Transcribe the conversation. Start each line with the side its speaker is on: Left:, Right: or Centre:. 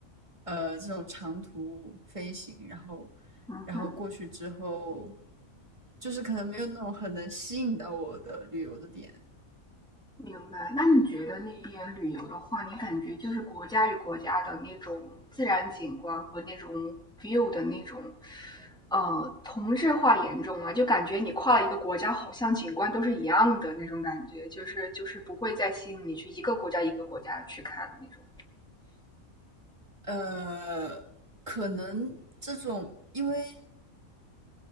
Right: 呃这种长途飞行，然后
Centre: 嗯哼，
Right: 然后过去之后，就是可能没有那种很能吸引到我的旅游的点。
Centre: 明白。那你觉得那边旅游的话，你感觉就是国家与国家的那种自然景观和那种 view 的那种，呃，同质化严重吗？就感觉你跨了一个国家，好像景观都是一样的那种感觉，就是就是不会再吸引你去一个国家一个国家去看那种。
Right: 呃，可能这种，因为